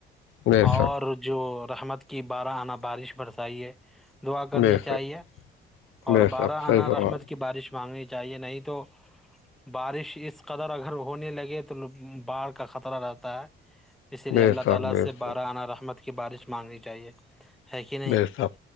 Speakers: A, on the left; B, in the centre.
A: نہیں
B: اور جو رحمت کی بارہ آنا بارش بڑسائی ہے دعا کرنی
A: بے
B: چاہیے
A: شک
B: اور
A: بے
B: بارہ
A: شک صحیح
B: انا
A: فرمایا
B: رحمت کی بارش مانگنی چاہیے نہیں تو بارش اس قدر اگر ہونے لگے تو باڑھ کا خطرہ رہتا ہے اسی لیے
A: بے
B: اللہ
A: شک
B: تعالی
A: بے
B: سے بارہانہ
A: شک
B: رحمت کی بارش مانگنی چاہیے ہے کہ نہیں
A: ب سب